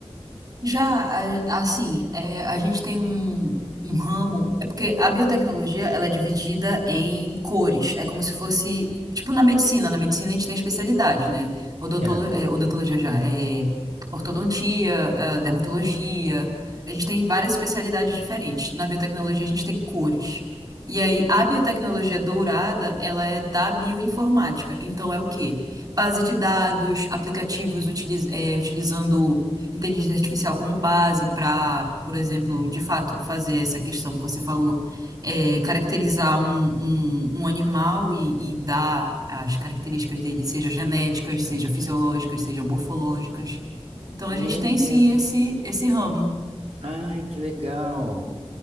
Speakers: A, on the right (about 35°); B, on the right (about 70°).
A: Já, a- assim, é, a gente tem um, um ramo. É porque a biotecnologia ela é dividida em cores. É como se fosse. Tipo na medicina. Na medicina a gente tem especialidade, né? Odontolo,
B: Ah.
A: é, odontologia já. É, ortodontia, é, dermatologia. A gente tem várias especialidades diferentes. Na biotecnologia a gente tem cores. E aí, a biotecnologia dourada, ela é da bioinformática. Então, é o quê? Base de dados, aplicativos utiliz, é, utilizando inteligência artificial como base para, por exemplo, de fato, fazer essa questão que você falou, é, caracterizar um, um, um animal e, e dar as características dele, seja genéticas, seja fisiológicas, seja morfológicas. Então,
B: Meu
A: a gente tem
B: Deus.
A: sim esse, esse ramo.
B: Ai, que legal.